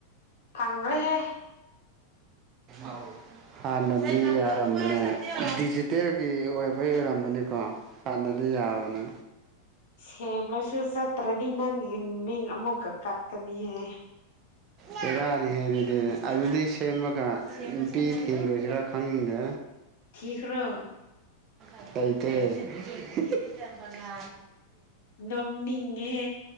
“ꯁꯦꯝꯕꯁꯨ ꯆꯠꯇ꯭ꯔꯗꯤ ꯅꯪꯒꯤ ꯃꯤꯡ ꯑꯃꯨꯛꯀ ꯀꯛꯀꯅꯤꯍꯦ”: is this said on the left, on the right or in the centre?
Left